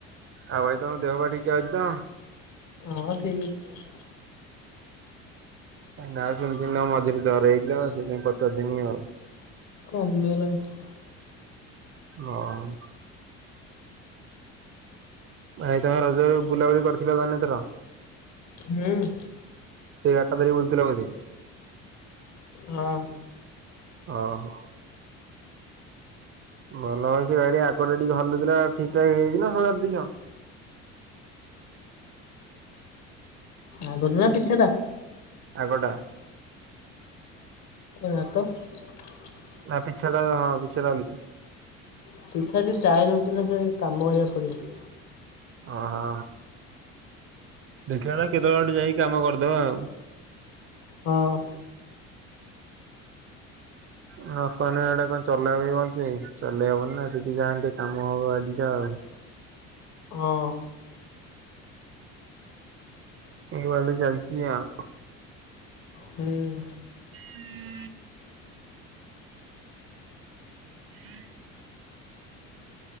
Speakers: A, on the right; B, on the left.
A: ଆଉ ଭାଇ ତମ ଦେହ ବା ଠିକ ଅଛି ତ
B: ହଁ ଠିକ ଅଛି
A: ନା ସେମିତି ନ ମଝିରେ ଜର ହେଇଥିଲା ଆଉ ସେଇଥିାଇଁ ପଚାରିଦେନି ଆଉ
B: କମି ଗଲାନି
A: ଓହୋ ଭାଇ ତମେ ରଜରେ ବୁଲାବୁଲି କରିଥିଲ ତାନେ ଏ ଥର
B: ହୁଁ
A: ସେଇ ଅଟ ଧରି ବୁଲ୍ ଥିଲ ବୋଧେ
B: ହଁ
A: ଓହୋ ଭଲ ଗାଡି଼ ଆଗରୁ ଟିକେ ହଲୁ ଥିଲା ଠିକ ଠାକ ହେଇଯାଇଛି ନା ସଜାର ଦେଇଛ
B: ଆଗ ଟା ନା ପିଛା ଟା
A: ଆଗଟା
B: ନା ତ <unintelligible>
A: ନା ପିଛାଟା ହଁ ପିଛା ଟା ଲୁ
B: ପିଛା ଟିକେ ଟାୟଏାର ହେଉଥିଲେ ସେ କାମ କରିବାକୁ ପଡିବ
A: ଓହ ହୋ ଦେଖ ନା କେତେବେଳେ ଟେ ଯାଇକି କାମ କରିଦବା ଆଉ
B: ହଁ
A: ହଁ କଣ ଏଟା କଣ ଚଲେଇବ ବଞ୍ଚିବ କି ଚଲେଇ ହବନି ନା ସେଠି ଯାହା ଟିକେ କାମ ହବ ଆଡିକା ଆଉ
B: ହଁ
A: ଏଇ <unintelligible>
B: ହୁଁ
A: ହୁଁ ହୁଁ <unintelligible>